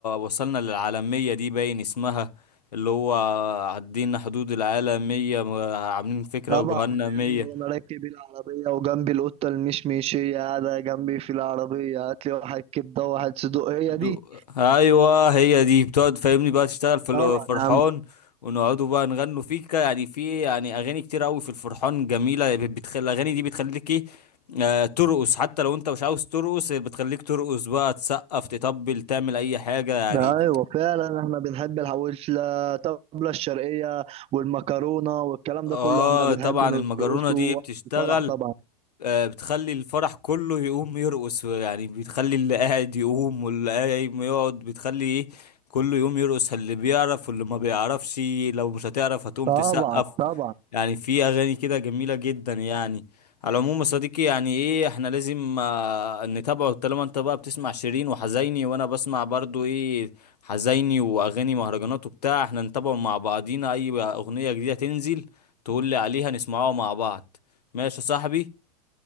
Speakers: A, on the left; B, on the right.
A: وصلنا للعالميه دي باين اسمها اللي هو عدينا حدود العالميه آه، عاملين فكره
B: طبعا
A: وجوهنا
B: القهوة
A: مية
B: وانا راكب العربيه وجنبي القطه المشمشيه قاعده جنبي في العربيه هات لي واحد كبده وواحد صدوق هي
A: دو...
B: دي
A: ايوه هي دي بتقعد فاهمني بقى تشتغل في الفرحان
B: طبعا يا عم
A: ونقعدوا بقى نغنوا في ك- يعني في يعني اغاني كتير قوي في الفرحان جميله بتخلي الاغاني دي بتخليك ايه آه ترقص حتى لو انت مش عاوز ترقص بتخليك ترقص بقى تسقف تطبل تعمل اي حاجه يعني
B: ده ايوه فعلا احنا بنحب الحواوشي الطبله الشرقيه والمكرونه والكلام
A: اه
B: ده كله احنا بنحب
A: طبعا
B: نرقصه
A: المجرونه دي
B: وقت
A: بتشتغل
B: الفرح طبعا
A: آه، بتخلي الفرح كله يقوم يرقص يعني بتخلي اللي قاعد يقوم واللي قايم يقعد بتخلي ايه كله يقوم يرقص اللي بيعرف واللي ما بيعرفش لو مش هتعرف هتقوم
B: طبعا
A: تسقف
B: طبعا
A: يعني في اغاني كده جميلة جدا يعني على العموم يا صديقي يعني ايه احنا لازم آه، نتابعه طالما انت بقى بتسمع شيرين وحزيني وانا بسمع برضو ايه حزيني واغاني مهرجانات وبتاع احنا نتابعه مع بعضينا اي اغنية جديدة تنزل تقول لي عليها نسمعها مع بعض ماشي يا صاحبي